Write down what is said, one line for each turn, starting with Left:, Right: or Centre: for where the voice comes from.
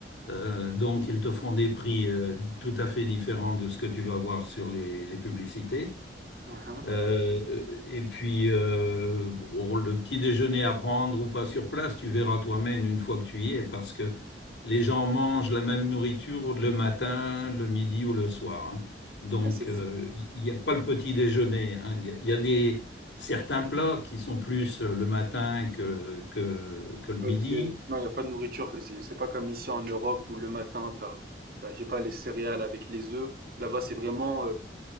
Left: Euh, donc, ils te font des prix euh, tout à fait différents de ce que tu vas voir sur les, les publicités.
Right: Mhm.
Left: Euh, et puis, euh, bon, le petit déjeuner à prendre ou pas sur place, tu verras toi-même une fois que tu y es, parce que les gens mangent la même nourriture le matin, le midi ou le soir. hein. Donc,
Right: <laughs> C'est
Left: euh, il n'y a pas le petit déjeuner. hein. Il y a, il y a des, certains plats qui sont plus euh, le matin que, que, que le midi.
Right: OK. Non, il n'y a pas de nourriture. C'est c'est pas comme ici en Europe où le matin, t'as, t'as, je sais pas, les céréales avec les œufs. Là-bas, c'est vraiment, euh,